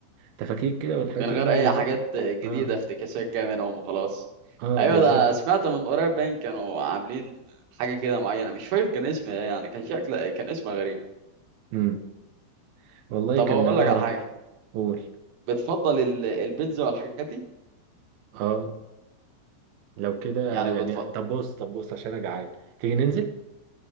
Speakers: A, on the right (about 70°); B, on the right (about 80°).
A: تفاكيك كده والحاجات
B: من غير
A: اللي هما
B: اي
A: بيهدروا
B: حاجات جديده
A: اه
B: افتكاسات كده منهم وخلاص
A: اه
B: ايوه
A: بالظبط
B: ده سمعت من قريب باين كانوا عاملين حاجه كده معينه مش فاكر كان اسم ايه يعني كان شكل كان اسمها غريب
A: امم والله
B: طب
A: كان
B: هقول
A: اه
B: لك على حاجه
A: قول
B: بتفضل ال- البيتزا والحاجات دي
A: اه لو كده
B: يعني
A: يعني
B: بتفضل
A: طب بص طب بص عشان انا جعان تيجي ننزل